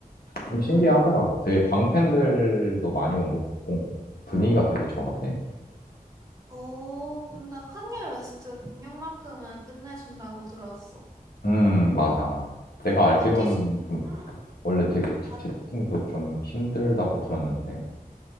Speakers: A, on the left; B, on the right.
A: 좀
B: 응.
A: 신기하더라고. 되게 광팬들도 많이 온 것 같고, 분위기가 되게 좋았대.
B: 어, 근데 칸예 웨스트 공연만큼은 끝내준다고 들었어.
A: 음, 맞아. 내가 알기로는
B: 아티스.
A: 좀
B: 응.
A: 원래 되게 티켓팅도
B: 아. 응.
A: 좀 힘들다고 들었는데,